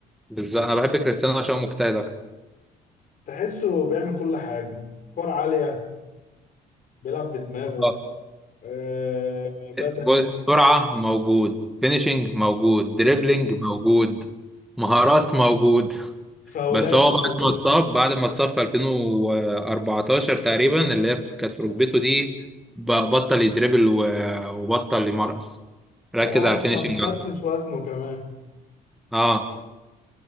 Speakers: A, in the centre; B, on the left.
A: بالظبط انا بحب كريستيانو عشان هو مجتهد اكتر
B: تحسه بيعمل كل حاجة كور عالية بيلعب بدماغه
A: آه.
B: آه، بدني
A: بص، سرعة موجود فينيشنج موجود
B: مم.
A: دريبلينج موجود مهارات موجود
B: فاولات
A: بس هو
B: موجود
A: بعد ما اتصاب بعد ما اتصاب في 2014 تقريبا اللي هي في- كانت في ركبته دي ب- بطل يدريبل و- وبطل يمرقص ركز
B: ده هو
A: على
B: أصلا
A: الفينيشنج
B: خسس
A: أكتر.
B: وزنه كمان
A: اه